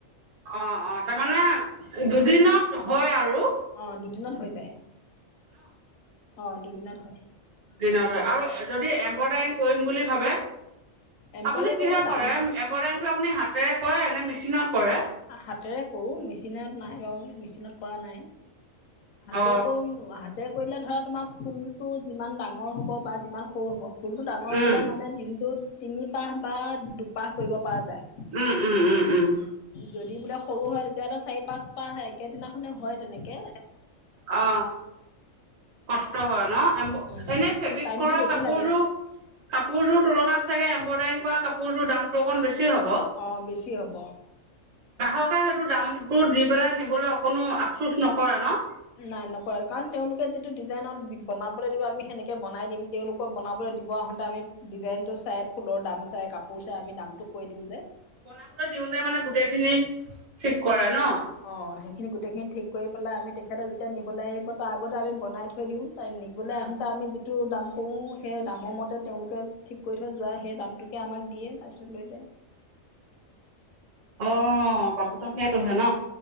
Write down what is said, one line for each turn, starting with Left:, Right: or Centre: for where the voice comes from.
Right: অ অ তাৰমানে দুদিনত হয় আৰু
Left: অ দুদিনত হৈ যায় অ দুদিনত হয়
Right: দিনত হয় আৰু যদি এ এম্বদাৰিং কৰিম বুলি ভাবে
Left: এম্পৰে
Right: আপুনি
Left: কৰিলে
Right: কিহৰ
Left: দাম
Right: কৰে এম্বদাৰিংটো আ আপুনি হাতেৰে কৰে নে মেচিনত কৰে
Left: হাতেৰে কৰো মেচিনত নাই নাই মেচিনত কৰা নাই হাতে
Right: অ
Left: আকৌ হাতে কৰিলে ধৰা তোমাৰ ফুলটো যিমান ডাঙৰ হ'ব বা যিমান সৰু হ'ব ফুলটো ডাঙৰ
Right: উম
Left: হ'লে মানে দিনটোত তিনিপাহ বা দুপাহ কৰিব পৰা যায়
Right: উম উম উম উম
Left: যদি বোলে সৰু হয় তেতিয়াহ'লে চাৰি পাঁচপাহে একেদিনাখনে হয় তেনেকৈ
Right: অ কষ্ট হয় ন এ
Left: উম
Right: এনে ফেব্ৰিক
Left: টাইমটো
Right: কৰা
Left: বেছি
Right: কাপোৰযোৰ
Left: লাগে
Right: কাপোৰযোৰ তুলনাত চাগে এম্বদাৰিং কৰা কাপোৰযোৰ দামটো অকণ বেছি হ'ব
Left: অ বেছি হ'ব
Right: গ্ৰাহকে সেইটো দামটো দি পেলাই নিবলৈ অকণো আপচোচ নকৰে ন
Left: নাই নকৰে কাৰণ তেওঁলোকে যিটো ডিজাইনত বনাবলৈ দিব আমি সেনেকে বনাই দিম তেওঁলোকক বনাবলৈ দিব আহোতে আমি ডিজাইনটো চাই ফুলৰ দাম চাই কাপোৰ চাই আমি দামতো কৈ দিওঁ যে
Right: বনাবলৈ দিওঁতে মানে গোটেই খিনি ঠিক কৰে ন
Left: অ সেইখিনি গোটেইখিনি ঠিক কৰি পেলাই আমি তেখেততে যেতিয়া নিবলৈ আহিব তাৰ আগতে আমি বনাই থৈ দিওঁ টাইম নিবলে
Right: উম
Left: আহোঁতে আমি যি যিটো দাম কয় সেই দামৰ মতে তেওঁলোকে ঠিক কৰি থৈ যোৱা সেই দামটোকে আমাক দিয়ে তাৰ পিছত লৈ যায়
Right: অ কথাটো সেইটোহে ন